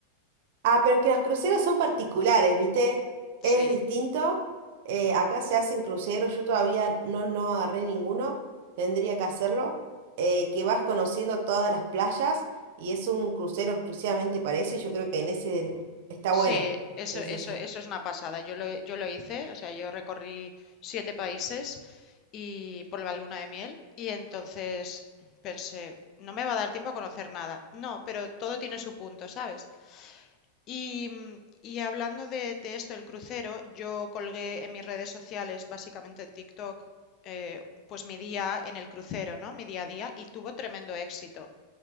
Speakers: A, on the right; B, on the left.
A: Ah, pero es que los cruceros son particulares, ¿viste?
B: Sí.
A: Es distinto. Eh, acá se hacen cruceros, yo todavía no, no agarré ninguno, tendría que hacerlo, eh, que vas conociendo todas las playas y es un crucero exclusivamente para eso y yo creo que en ese está
B: Sí,
A: bueno.
B: eso,
A: Sí,
B: eso,
A: sí, sí.
B: eso es una pasada. Yo lo, yo lo hice, o sea, yo recorrí siete países y por la luna de miel y entonces pensé, no me va a dar tiempo a conocer nada. No, pero todo tiene su punto, ¿sabes? Y, mm, y hablando de, de esto del crucero, yo colgué en mis redes sociales, básicamente en TikTok, eh, pues mi día en el crucero, ¿no? Mi día a día y tuvo tremendo éxito.